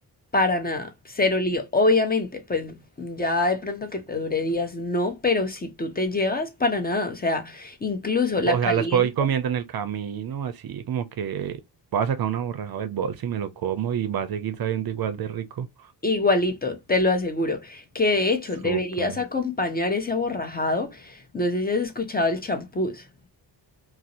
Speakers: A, on the left; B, on the right.
A: para nada, cero lío, obviamente, pues ya de pronto
B: pues,
A: que te
B: eh,
A: dure días, no, pero si tú te llevas, para nada, o sea, incluso
B: O,
A: la
B: o
A: caliente.
B: sea, las puedo ir comiendo en el camino, así como que voy a sacar una borraja del bolso y me lo como y va a seguir sabiendo igual de rico.
A: Igualito, te lo aseguro. Que de hecho
B: Súper.
A: deberías acompañar ese aborrajado. No sé si has escuchado el champús.